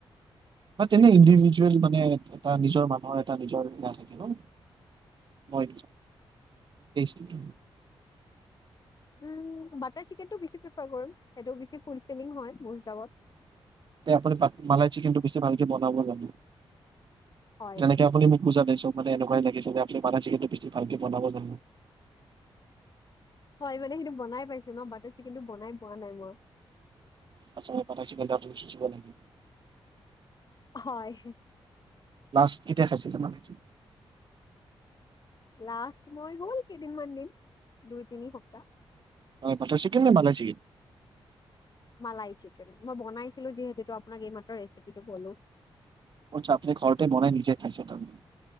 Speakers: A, on the right; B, on the left.
A: হয় তেনে ইণ্ডিভিজুৱেল মানে এটা নিজৰ মানুহৰ এটা নিজৰ ৰায় থাকে ন! ম চট <unintelligible>
B: উম বাটাৰ চিকেনটো বেছি প্ৰেফাৰ কৰিম সেইটো বেছি ফুলফিলিং হয় মোৰ হিচাপত ৷
A: এতিয়া আপুনি বা মালাই চিকেনটো বেছি ভালকে বনাব জানে।
B: হয়
A: যেনেকে আপুনি মোক বুজা পাইছে <unintelligible> এটো মানে এনেকুৱাই লাগিছে যে আপুনি মালাই ছিকেনটো বেছি ভালকে বনাব জানে।
B: হয় মানে সেইটো বনাই পাইছো ন বাটাৰ চিকেনটো বনাই পোৱা নাই মই।
A: আছ প কি <unintelligible>
B: হয়।
A: লাষ্ট কেতিয়া খাইছিলে মানে?
B: লাষ্ট মই হ'ল কেইদিনমান দিন দুই-তিনি সপ্তাহ।
A: হয় বাটাৰ চিকেন নে মালাই চিকেন?
B: মালাই চিকেন মই বনাইছিলো যিহেতু আপোনাক এইমাত্ৰ ৰেচিপিটো কলো
A: চাহ পানী ঘৰতে বনাই নিজে খাইছে তাৰ মানে